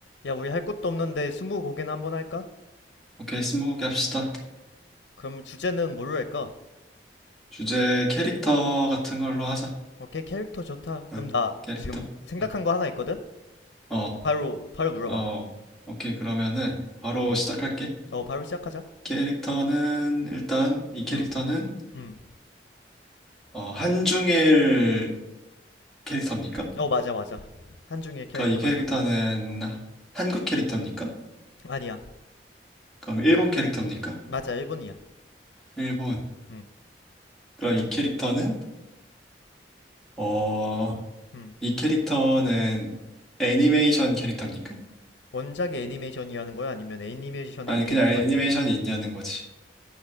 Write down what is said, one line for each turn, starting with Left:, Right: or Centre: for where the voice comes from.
Left: 야, 우리 할 것도 없는데 스무고개나 한번 할까?
Centre: 오케이, 스무고개 합시다.
Left: 그럼 주제는 뭘로 할까?
Centre: 주제 캐릭터 같은 걸로 하자.
Left: 오케이, 캐릭터 좋다. 그럼
Centre: 응,
Left: 나
Centre: 캐릭터.
Left: 지금 생각한
Centre: 응.
Left: 거 하나 있거든?
Centre: 어,
Left: 바로, 바로 물어봐.
Centre: 어, 오케이. 그러면은 바로
Left: 응.
Centre: 시작할게.
Left: 어, 바로 시작하자.
Centre: 캐릭터는 일단 이 캐릭터는
Left: 응, 응.
Centre: 어, 한중일 캐릭터입니까?
Left: 어, 맞아, 맞아. 한중의 캐릭터
Centre: 그러니까 이 캐릭터는
Left: 맞아.
Centre: 한국 캐릭터입니까?
Left: 아니야.
Centre: 그럼 일본 캐릭터입니까?
Left: 맞아, 일본이야.
Centre: 일본.
Left: 응,
Centre: 그럼 이 캐릭터는 어,
Left: 응.
Centre: 이 캐릭터는 애니메이션 캐릭터입니까?
Left: 원작이 애니메이션이라는 거야? 아니면 애니메이션에
Centre: 아니
Left: 이 캐릭터가
Centre: 그냥 애니메이션이
Left: 있냐?
Centre: 있냐는 거지.